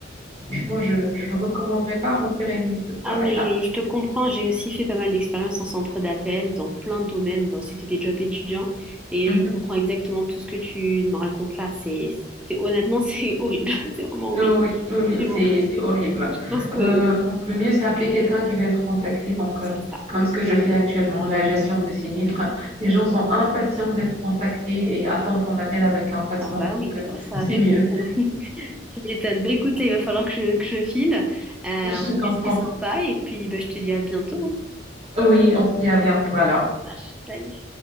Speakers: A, on the right; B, in the centre.
A: franchement, je ne le recommanderais pas à mon pire ennemi, ce
B: Ah
A: travail-là.
B: mais je, je te comprends, j'ai aussi fait pas mal d'expériences en centre d'appel dans plein de domaines. Bon, c'était des jobs étudiants et
A: Mhm.
B: je comprends exactement tout ce que tu me racontes là. C'est, c'est- honnêtement, c'est <laughs> horrible, c'est vraiment horrible.
A: Euh, oui, oui, oui,
B: Mais
A: c'est,
B: bon,
A: c'est horrible.
B: je pense que
A: Euh, donc, le mieux, c'est appeler quelqu'un qui va être contacté. Donc,
B: c'est
A: euh,
B: ça.
A: comme ce que
B: c'est
A: je
B: ça.
A: fais actuellement, la gestion de sinistres. Les gens sont impatients d'être contactés et attendent ton appel avec impatience.
B: Ah bah
A: Donc,
B: oui,
A: euh,
B: bah ça,
A: c'est
B: tu
A: mieux.
B: m'étonnes. <laughs> Tu m'étonnes. Bah écoute, là, il va falloir que je, que je file. Euh,
A: Je
B: en
A: te
B: tout
A: comprends.
B: cas, c'était sympa et puis bah, je te dis à bientôt. hein.
A: Oui, on se dit à bientôt alors.
B: Ah, Salut.